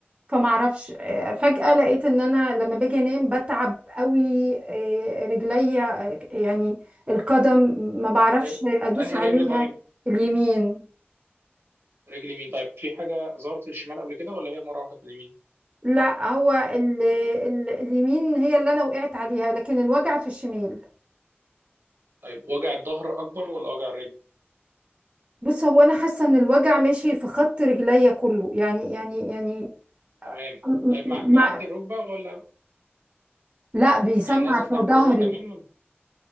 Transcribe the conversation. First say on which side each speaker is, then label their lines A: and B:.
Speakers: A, on the right; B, on the right.
A: فمعرفش آه، فجأة لقيت ان انا لما باجي انام بتعب قوي آه، رجليا آه، يعني القدم ما بعرفش
B: طيب
A: ادوس
B: أنهي
A: عليها
B: رجل طيب
A: اليمين
B: رجل يمين طيب في حاجة ظهرت في الشمال قبل كده ولا هي مرة واحدة في اليمين
A: لا هو ال ال اليمين هي اللي انا وقعت عليها لكن الوجع في الشمال
B: طيب وجع الظهر أكبر ولا وجع الرجل
A: بص هو انا حاسه ان الوجع ماشي في خط رجليا كله يعني يعني يعني
B: تمام
A: م-
B: طيب
A: م-
B: مع- معدي
A: مع
B: الركبة ولا
A: لا بيسمع
B: يعني نازل
A: في
B: تحت
A: ظهري
B: الركبة كمان